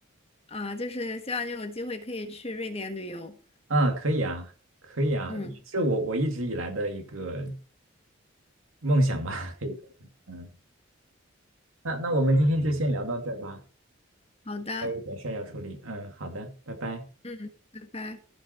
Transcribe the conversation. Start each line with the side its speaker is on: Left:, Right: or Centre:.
Left: 啊，就是希望你有机会可以去瑞典旅游。
Right: 啊，可以啊，可以啊，
Left: 嗯，
Right: 是我我一直以来的一个。梦想吧，可以说，嗯，那那我们今天就先聊到这儿吧，
Left: 好的，
Right: 还有一点事儿要处理，嗯，好的，拜拜。
Left: 嗯，拜拜。